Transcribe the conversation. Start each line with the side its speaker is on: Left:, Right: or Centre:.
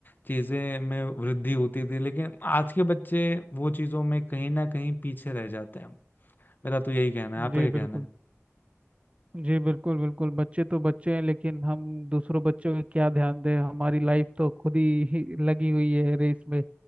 Left: चीजें में वृद्धि होती थी लेकिन आज के बच्चे वो चीजों में कहीं ना कहीं पीछे रह जाते हैं मेरा तो यही कहना है आपका
Right: जी
Left: क्या कहना
Right: बिल्कुल
Left: है
Right: जी बिल्कुल बिल्कुल बच्चे तो बच्चे हैं लेकिन हम दूसरों बच्चों का क्या ध्यान दें हमारी लाइफ तो खुद ही ही लगी हुई है रेस में